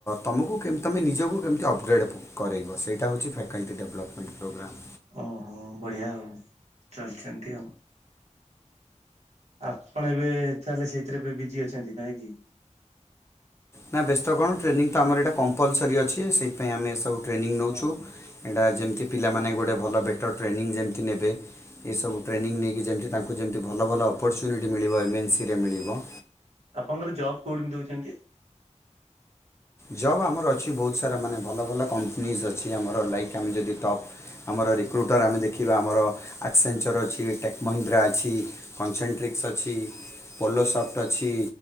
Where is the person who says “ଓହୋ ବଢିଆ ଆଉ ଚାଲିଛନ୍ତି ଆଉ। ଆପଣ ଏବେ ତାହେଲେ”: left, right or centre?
Right